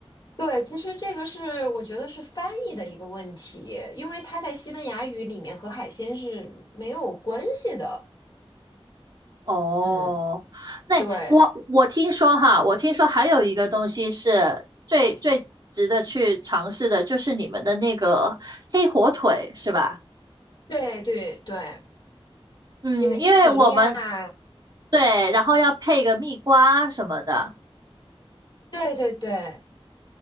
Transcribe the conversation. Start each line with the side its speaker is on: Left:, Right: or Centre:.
Left: 对，其实这个是我觉得是翻译的一个问题，因为它在西班牙语里面和海鲜是没有关系的。
Right: 哦，
Left: 嗯，
Right: 那我我听说哈，
Left: 对，
Right: 我听说还有一个东西是最最值得去尝试的，就是你们的那个黑火腿，是吧？
Left: 对对对，
Right: 嗯，
Left: 这个伊比利亚，
Right: 因为我们对，然后要配个蜜瓜什么的。
Left: 对对对，